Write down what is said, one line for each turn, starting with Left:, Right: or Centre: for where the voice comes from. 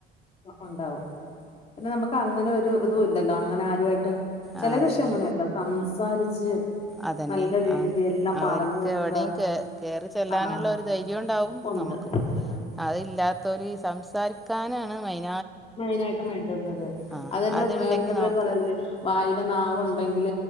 Left: ഉണ്ടാവും പിന്നെ നമുക്ക് അങ്ങനെ ഒരു ഇതും ഇല്ലല്ലോ അങ്ങനെ ആരുമായിട്ടും ചിലരു
Centre: ആഹ് അതന്നെ
Left: പക്ഷേ അങ്ങനെല്ല സംസാരിച്ച്
Centre: അതന്നെ
Left: നല്ല രീതി
Centre: ആ
Left: എല്ലാം
Centre: അവർക്ക്
Left: പറഞ്ഞു കൊടുക്കാൻ
Centre: എവിടെയും കേ കേറി ചെല്ലാനുള്ള
Left: ആഹ്
Centre: ഒരു ധൈരൂണ്ടാവും
Left: ഉണ്ട്
Centre: നമുക്കും
Left: ഉണ്ട്
Centre: അതില്ലാത്തോര് സംസാരിക്കാനാണ് മെയ്
Left: മൈനായിട് വേണ്ടുന്നത്
Centre: ആഹ്
Left: അതന്നെ
Centre: അതുണ്ടെങ്കി
Left: പണ്ടുള്ളോർ
Centre: നമുക്ക്
Left: പറയല്ലേ വായിലെ നാവുണ്ട് ഉണ്ടെങ്കിൽ